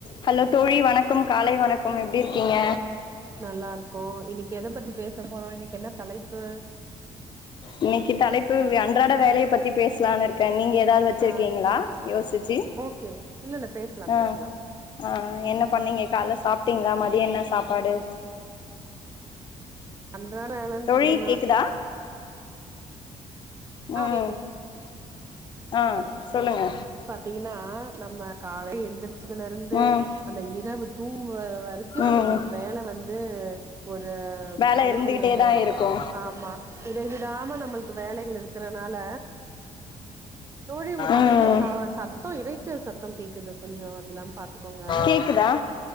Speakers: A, on the left; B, on the right.
A: Hello தோழி வணக்கம் காலை வணக்கம் எப்டிருக்கீங்க
B: நல்லாருக்கோ இன்னிக்கு எத பத்தி பேச போறோ இன்னிக்கு என்ன தலைப்பு
A: இன்னக்கி தலைப்பு வே அன்றாட வேலய பத்தி பேசுலானு க நீங்க எதாது வச்சிருக்கீங்ளா
B: ஆ
A: யோசிச்சு
B: ஓகே இல்ல இல்ல பேசலாம்
A: ஆ
B: பேசலாம்
A: ஆ என்ன பண்ணீங்க கால்ல சாப்டீங்ளா மதியம் என்ன சாப்பாடு
B: அன்றாட என்னன்னு
A: தோழி
B: பாத்தீங்கன்னா
A: கேக்குதா ம்
B: ஆ கேக்குது
A: ஆ சொல்லுங்க
B: தின்னா நம்ம கால எந்திரிச் இதுல இருந்து
A: ம்
B: அந்த இரவு தூங்குவரைக்கு
A: ம்
B: வேலை வந்து வந்து ஒரு
A: வேல
B: என்ன
A: இருந்துகிட்டே
B: சொல்றது
A: தா இருக்கு
B: ஆமா இடைவிடாம நம்மளுக்கு வேலைகள் இருக்கறனால தோழி உங்க பக்கத்துல
A: ம்
B: ச சத்தம் இரைச்சல் சத்தம் கேக்குது கொஞ்சோ இதெல்லா பாத்துக்கோங்க
A: கேக்குதா